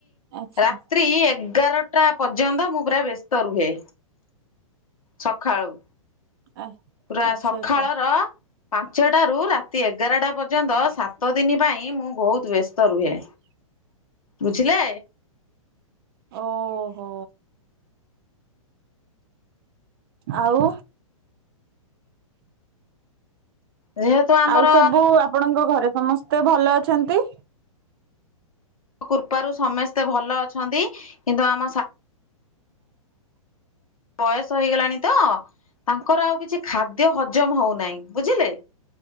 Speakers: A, on the right; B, on the left.
A: ଆଚ୍ଛା
B: ରା ତ୍ରୀ ଏଗାରଟା ପର୍ଯ୍ୟନ୍ତ ମୁଁ ପୁରା ବ୍ୟସ୍ତ ରୁହେ। ସଖାଳୁ।
A: ଆ
B: ପୁରା
A: ଆଚ୍ଛା
B: ସଖାଳର
A: ଆଚ୍ଛା
B: ପାଞ୍ଚଟାରୁ ରାତି ଏଗାରଟା ପର୍ଯ୍ୟନ୍ତ ସାତ ଦିନି ପାଇଁ ମୁଁ ବୋହୁତ ବ୍ୟସ୍ତ ରୁହେ।
A: ହ
B: ବୁଝିଲେ।
A: ଓହୋ। ଆଉ।
B: ଯେହେତୁ ଆମର
A: ଆଉ ସବୁ ଆପଣଙ୍କ ଘରେ ସମସ୍ତେ ଭଲ ଅଛନ୍ତି।
B: କୃପାରୁ ସମସ୍ତେ ଭଲ ଅଛନ୍ତି କିନ୍ତୁ ଆମ ସ ବୟସ ହେଇଗଲାଣି ତ ତାଙ୍କର ଆଉ କିଛି ଖାଦ୍ୟ ହଜମ ହୋଉନାହିଁ ବୁଝିଲେ।